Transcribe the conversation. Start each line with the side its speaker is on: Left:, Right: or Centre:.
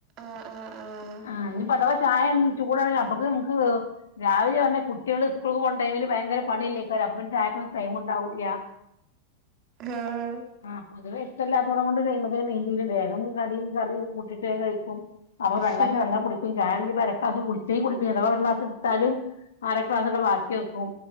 Right: ആഹ് ആഹ് ആഹ്
Left: ആ ഞ്പ്പതവ ചായ ചൂടാണ് അപ്പൊക്ക് മ്മക്ക് രാവിലെണ് കുട്ട്യാള് സ്കൂൾക്ക് പോണ ടൈമിൽ ഭയങ്കര പണിയെല്ലെക്കാരം. <unintelligible> ചായക്കൊ ടൈം ണ്ടാവൂല.
Right: ഏഹ്
Left: ആ പൊതുവെ ഇഷ്ട്ടല്ലാത്തടം കൊണ്ട് നൈമക്കൊന്നു മൈൻഡയ്യൂല വേഗം കടിം കറിയൊക്കെ കൂട്ടീട്ട് വേ കഴിക്കും. അപ്പൊ വെള്ളാച്ചെ
Right: ഹും
Left: വെള്ളം കുടിക്കും ചാ <unintelligible> അര ക്ലാസ് കുടിച്ചേ കുട്ച്ച് അഥവാ ഒരു ളാസ് ഇട്ത്താലും അര ക്ലാസ്സൊക്കെ ബാക്കിയെക്കും.